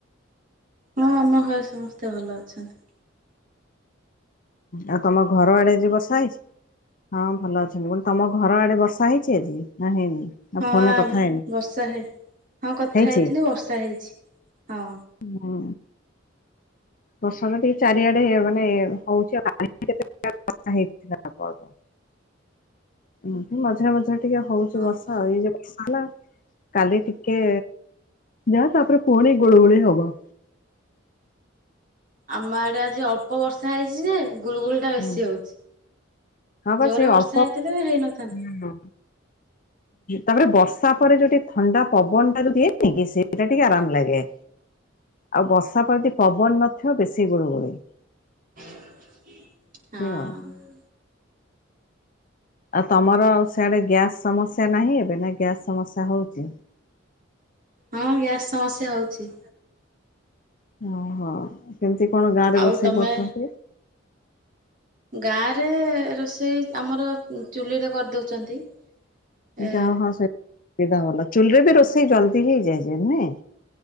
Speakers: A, on the right; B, on the left.
A: ହଁ ଆମ ଘରେ ସମସ୍ତେ ଭଲ ଅଛନ୍ତି।
B: ଆଉ ତମ ଘର ଆଡେ ଆଜି ବର୍ଷା ହେଇଚି? ହଁ ଭଲ ଅଛନ୍ତି, ମୁଁ କହିଲି ତମ ଘର ଆଡେ ବର୍ଷା ହେଇଛି ଆଜି ନା ହେଇନି? ନା
A: ହଁ
B: ଫୋନରେ କଥା ହେଇନି?
A: ବର୍ଷା ହେ ହଁ କଥା
B: ହେଇଛି
A: ହେଇଥିଲି ବର୍ଷା ହେଇଛି ହଁ।
B: ହୁଁ। ବର୍ଷା ତ ଟିକେ ଚାରିଆଡେ ମାନେ ହଉଚି, <unintelligible> ବର୍ଷା ହେଇଥିଲା ଅଳ୍ପ ଅଳ୍ପ, ଏମତି ମଝିରେ ମଝିରେ ଟିକେ ହଉଛି
A: ହଁ
B: ବର୍ଷା
A: ପା
B: ଏଇ ଯୋଉ ବର୍ଷା ହେଲା କାଲି ଟିକେ ଯାହା ତାପରେ ପୁଣି ଗୁଳୁଗୁଳି ହବ।
A: ଆମ ଆଡେ ଆଜି ଅଳ୍ପ ବର୍ଷା ହେଇଛି ଯେ ଗୁଳୁଗୁଳି ବେଶୀ
B: ହୁଁ
A: ହଉଚି,
B: ବା
A: ଜୋରରେ
B: ସେଇ
A: ବର୍ଷା
B: ଅଳ୍ପ
A: ହେଇଥିଲେ ହେଇନଥାନ୍ତା।
B: ହଁ। ତାପରେ ବର୍ଷା ପରେ ଯୋଉଠି ଥଣ୍ଡା ପବନ ଟା ଦିଏନି କି ସେଇଟା ଟିକେ ଆରାମ ଲାଗେ। ଆଉ ବର୍ଷା ପ୍ରଦି ପବନ ନଥିବ ବେଶୀ ଗୁଳୁଗୁଳି।
A: ହଁ।
B: ଏଇଆ ଆଉ। ଆଉ ତମର ସେଆଡେ ଗ୍ୟାସ ସମସ୍ୟା ନାହିଁ ଏବେ ନା ଗ୍ୟାସ ସମସ୍ୟା ହଉଚି।
A: ହଁ ଗ୍ୟାସ ସମସ୍ୟା ହଉଚି।
B: ଓହୋ, କେମିତି କଣ ଗାଁ
A: ଆଉ
B: ରେ ରୋଷେଇ
A: ତମେ
B: କରୁଛନ୍ତି?
A: ଗାଁରେ ରୋଷେଇ ଆମର ଚୁଲିରେ କରିଦଉଛନ୍ତି। ଏ
B: ଯାହା ହ ସେ ସୁବିଧା ଭଲ ଚୁଲିରେ ବି ରୋଷେଇ ଜଲଦି ହେଇଯାଏ ଯେ ନୁହେଁ।